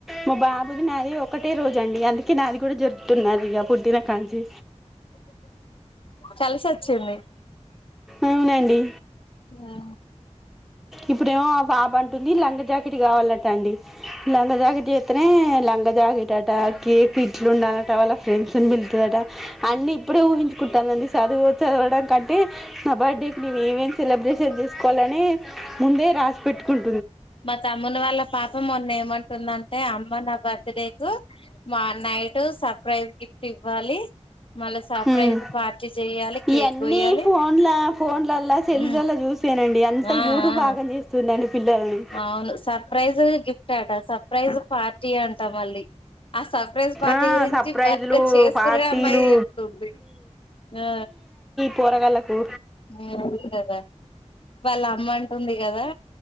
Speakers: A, in the centre; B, on the left.
A: మా బాబుది నాది ఒకటే రోజు దండి గా ఉంది కి నాది కూడా జరుపుతున్నారు ఇక పుట్టిన కడ నుంచి
B: కలిసి వచ్చింది
A: అవునండి
B: ఆ
A: ఇప్పుడే పాప అంటుంది లంగ జాకెట్ కావాలట అండి లంగ జాకెట్ చేస్తనే లంగ జాకెట్ అట కేక్ ఇట్లు ఉండాలట వాళ్ళ ఫ్రెండ్స్ని పిలుతుందట అన్నీ ఇప్పుడే ఊహించుకుంటానండి చదువు చదవడానికి అంటే నా బర్డే ఏమేమేం సెలబ్రేషన్ చేసుకోవాలని ముందే రా పెట్టుకున్
B: మా తమ్ముని వాళ్ళ పాపం మొన్న ఏమంటుందంటే అమ్మ నా బర్త్డే కు నైట్ సర్ప్రైజ్ గిఫ్ట్ ఇవ్వాలి మళ్ళీ సర్ప్రైజ్
A: ఉమ్.
B: పార్టీ చెయాలి కేక్
A: ఇవన్నీ
B: కోయాలి
A: ఫోన్ల ఫోన్లలా సెల్లులలా
B: ఉ
A: చూసానండి అంత
B: ఆ
A: యూట్యూబ్
B: ఆ
A: ఆగం చేస్తుందండి పిల్లలని
B: అవును సర్ప్రైజ్ గిఫ్ట్ అట సర్ప్రైజ్ పార్టీ అంటా మళ్ళీ ఆ సర్ప్రైజ్ పార్టీ
A: ఆ
B: గురించి
A: సర్ప్రైజ్లు
B: బర్త్డే చేసుకునే
A: పార్టీలు
B: అమ్మాయి చెప్తుంది ఆ
A: పొరగండ్లకు
B: <unintelligible> వాళ్ళ అమ్మంట ఉంది కదా